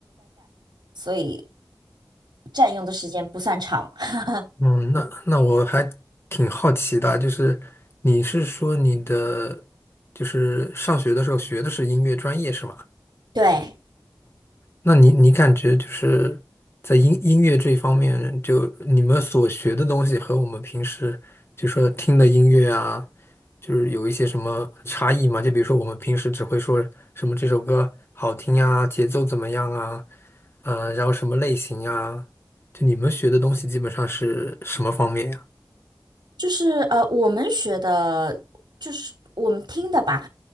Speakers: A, on the right (about 75°); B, on the left (about 35°).
A: 所以。占用的时间不算长。<laughs>
B: 嗯那那我还挺好奇的，就是你是说你的就是上学的时候学的是音乐专业是吗？
A: 对，
B: 那你你感觉就是在音音乐这一方面，就你们所学的东西和我们平时就说听的音乐啊，就是有一些什么差异吗？就比如说我们平时只会说什么这首歌好听啊，节奏怎么样啊，呃，然后什么类型啊，就你们学的东西基本上是什么方面呀？
A: 就是呃，我们学的，就是我们听的吧，